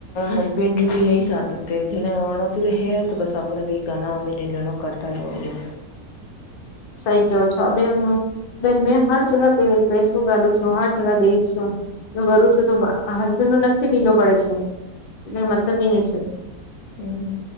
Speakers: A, on the left; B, on the left.
A: હસબેન્ડ ત એ સાધ જે હણાતી હે બસ આપણે કઈ ગાના અમે નઈ લેણ. કરતા રો હી.
B: સહી કેવો છો બે. બેન મેં હર જગ પે પૈસું ગાલું છું, હર જગા દઈ છું. જો કરું છું તો હસબેન્ડ નો નક્કી ઢીલો પડે છે, એટલે મતલબ એ નહી છે.
A: હમ.